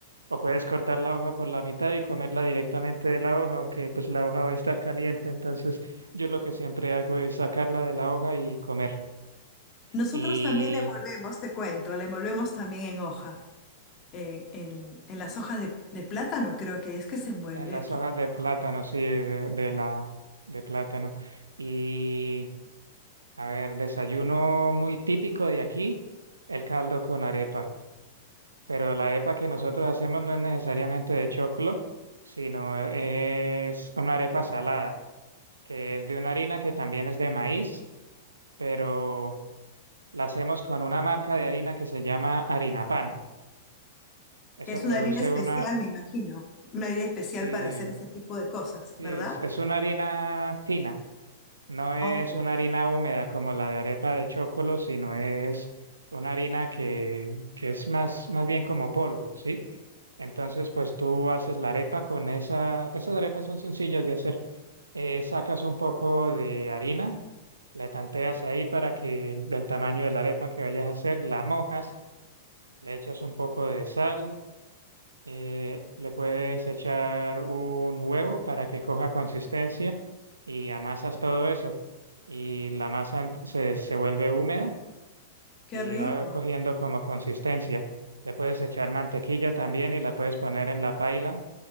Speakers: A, on the right; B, on the left.
A: O puedes cortar la hoja por la mitad y comerla directamente de la hoja, aunque pues la hoja va a estar caliente. Entonces yo lo que siempre hago es sacarla de la hoja y comer.
B: Nosotros
A: Y
B: también le envolvemos, te cuento, le envolvemos también en hoja, eh, en, en las hojas de, de plátano, creo que es que se envuelve
A: en las
B: aquí.
A: hojas de plátano, sí, de, de la de plátano. Y a ver, desayuno muy típico de aquí, el caldo con arepa. pero la arepa que nosotros hacemos no es necesariamente de choclo, sino es una arepa salada, que es de una harina que también es de maíz, pero la hacemos con una marca de harina que se llama harina pan. Eso
B: Es
A: produce
B: una harina especial,
A: una,
B: me imagino, una harina especial
A: sí,
B: para hacer ese tipo de cosas,
A: sí,
B: ¿verdad?
A: es, es una harina fina, no es
B: Ah, Ok,
A: una harina húmeda como la de arepa de choclo, sino es una harina que, que es más, más bien como polvo, ¿sí? Entonces, pues tú haces la arepa con esa, esas arepas son sencillas de hacer. Eh, sacas un poco de harina, la tanteas ahí para que del tamaño de la arepa que vayas a hacer, la mojas, le echas un poco de sal, eh, le puedes echar un huevo para que coja consistencia y amasas todo eso. Y la masa ent- se, se vuelve húmeda
B: qué
A: y
B: rico.
A: va cogiendo como consistencia. Le puedes echar mantequilla también y la puedes poner en la paila